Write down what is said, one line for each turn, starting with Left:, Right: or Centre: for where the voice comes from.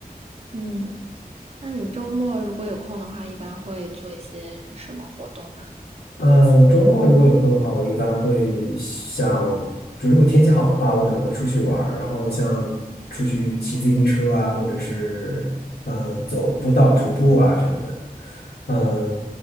Right: 嗯，那你周末如果有空的话，一般会做一些什么活动呢？
Left: 呃，我周末如果有空的话，我一般会像，就如果天气好的话，我可能会出去玩儿，然后像出去骑自行车啊，或者是嗯、呃走步道徒步啊什么的。嗯，